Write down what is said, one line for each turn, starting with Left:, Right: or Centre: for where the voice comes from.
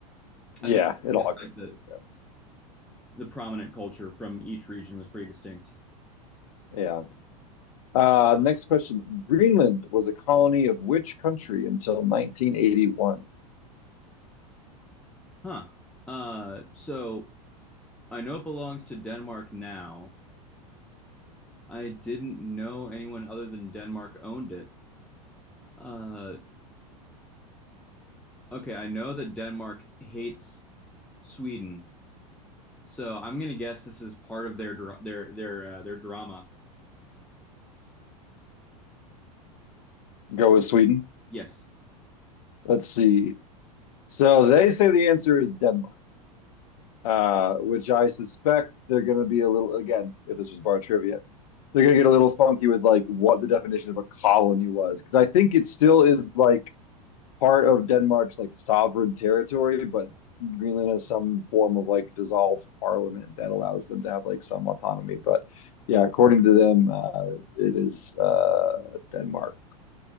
Left: yeah,
Centre: I think
Left: it
Centre: it's
Left: all gets
Centre: like the,
Left: good then.
Centre: the prominent culture from each region was pretty distinct.
Left: Yeah. Uh, next question. Greenland was a colony of which country until 1981?
Centre: Huh. Uh, so I know it belongs to Denmark now. I didn't know anyone other than Denmark owned it. Uh, okay, I know that Denmark hates Sweden, so I'm gonna guess this is part of their dra- their their uh, their drama.
Left: Go with Sweden.
Centre: Yes.
Left: Let's see. So they say the answer is Denmark. uh, which I suspect they're going to be a little, again, if this was bar trivia, they're going to get a little funky with like what the definition of a colony was. Because I think it still is like part of Denmark's like sovereign territory, but Greenland has some form of like dissolved parliament that allows them to have like some autonomy. But yeah, according to them, uh, it is uh, Denmark.